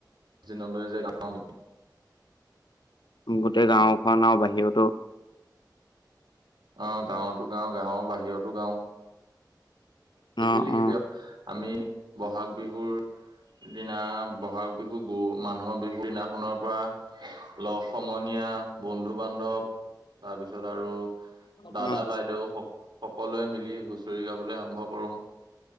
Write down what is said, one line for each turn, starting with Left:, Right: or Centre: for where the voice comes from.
Right: দিনলৈ যে গাওঁ
Left: গোটেই গাঁওখন আৰু বাহিৰতো
Right: আহ গাঁৱতো গাও গাঁৱৰ বাহিৰতো গাও সেই
Left: অ',
Right: বু লিখিবি
Left: অ',
Right: আও- আমি বহাগ বিহুৰ দিনা বহাগ বিহু গ মানুহৰ বিহুৰ দিনাখনৰ পৰা লগ সমনীয়া বন্ধু বান্ধৱ তাৰপিছত আৰু
Left: অ',
Right: দাদা বাইদেউ স সকলোৱে মিলি হুচৰি গাবলৈ আৰম্ভ কৰো